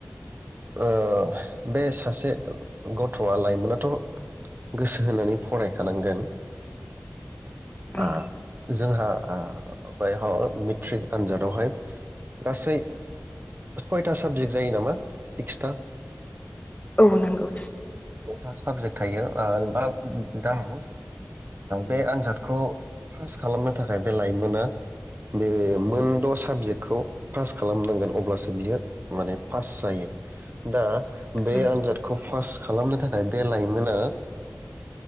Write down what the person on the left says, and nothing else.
ओं
औ नोंगौ।
ओं